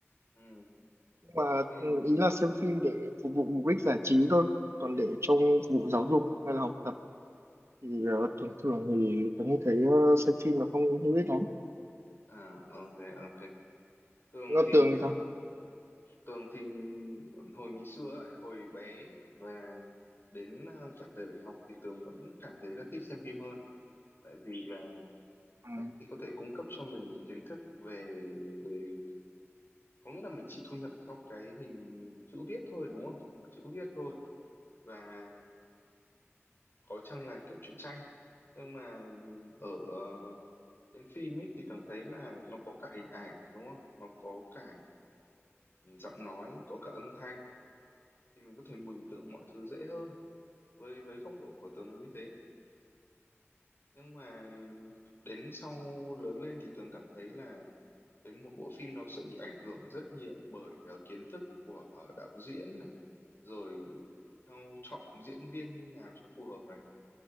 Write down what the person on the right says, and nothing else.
nhưng mà
ừ, ý là xem phim để phục vụ mục đích giải trí thôi còn để trong phục vụ giáo dục hay là học tập thì ờ, thường thường thì Tuấn thấy ờ, xem phim là không hữu ích lắm
góc
tường thì
sao
à,